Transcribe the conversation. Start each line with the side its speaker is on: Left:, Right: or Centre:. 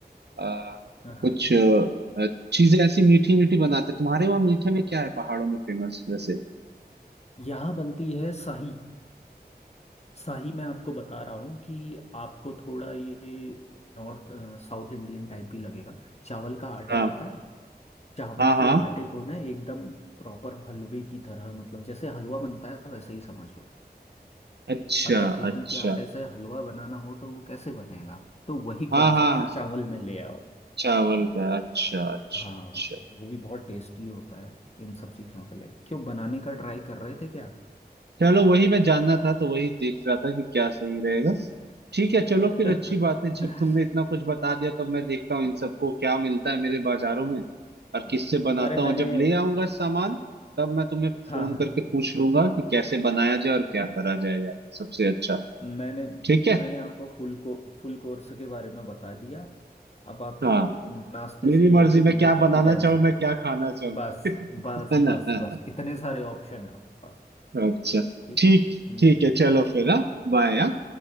Right: आ,
Left: हाँ हाँ
Right: कुछ अ, चीजें ऐसी मीठी मीठी बनाते हैं तुम्हारे वहाँ मीठे में क्या है पहाड़ों में फेमस वैसे
Left: यहाँ बनती है शाही शाही मैं आपको बता रहा हूँ कि आपको थोड़ा ये नॉर्थ साउथ इंडियन टाइप भी लगेगा चावल का आटा
Right: हाँ
Left: होता है चावल
Right: हाँ हाँ
Left: के आटे को ना एकदम प्रॉपर हलवे की तरह मतलब जैसे हलवा बनता है वैसे ही समझ लो
Right: अच्छा
Left: अगर गेहूं
Right: अच्छा
Left: के आटे से हलवा बनाना हो तो वो कैसे बनेगा तो वही
Right: हाँ
Left: कॉन्सेप्ट
Right: हाँ
Left: चावल में ले आओ
Right: चावल का अच्छा अच्छा
Left: हाँ
Right: अच्छा
Left: वो भी बहुत टेस्टी होता है इन सब चीजों के लिए क्यों बनाने का ट्राई कर रहे थे क्या
Right: चलो वही मैं जानना था तो वही देख रहा था कि क्या सही रहेगा ठीक है चलो
Left: <laughs>
Right: फिर अच्छी बात है जब तुमने इतना कुछ बता दिया तो मैं देखता हूँ इन सबको क्या मिलता है मेरे बाजारों में और
Left: हाँ
Right: किससे बनाता
Left: अरे मैंने
Right: हूँ जब ले आऊंगा सामान तब मैं तुम्हें
Left: हाँ
Right: फोन
Left: हाँ
Right: करके पूछ लूंगा कि कैसे बनाया जाए और क्या करा जाएगा सबसे अच्छा
Left: मैंने
Right: ठीक है
Left: मैंने आपको फुल को फुल कोर्स के बारे में बता दिया अब आपको
Right: हाँ
Left: नाश्ते
Right: मेरी
Left: से लेके
Right: मर्जी
Left: डिनर
Right: मैं क्या
Left: तक
Right: बनाना
Left: की टेंशन
Right: चाहूँ मैं क्या खाना चाहूँ
Left: बस
Right: <laughs>
Left: बस
Right: है ना
Left: बस
Right: हाँ,
Left: बस
Right: हाँ,
Left: इतने सारे ऑप्शन है आपके पास
Right: हाँ, अच्छा
Left: ठीक
Right: ठीक
Left: है हम्म
Right: ठीक
Left: हम्म,
Right: है चलो
Left: हम्म।
Right: फिर हाँ बाय